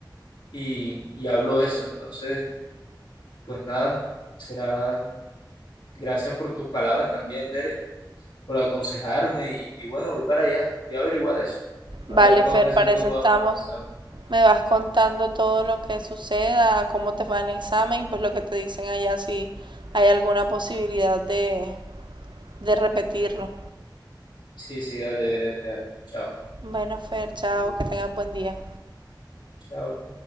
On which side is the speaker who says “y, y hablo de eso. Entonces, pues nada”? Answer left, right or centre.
Left